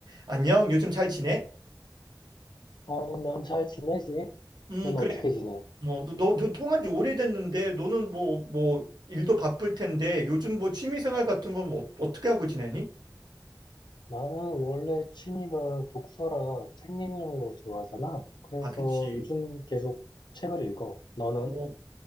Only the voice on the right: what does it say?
안녕, 요즘 잘 지내?
음,
그래.
뭐, 너, 너 통한 지 오래됐는데, 너는 뭐, 뭐, 일도 바쁠 텐데, 요즘 뭐 취미생활 같은 건 어, 어떻게 하고 지내니?
아, 그치.
어.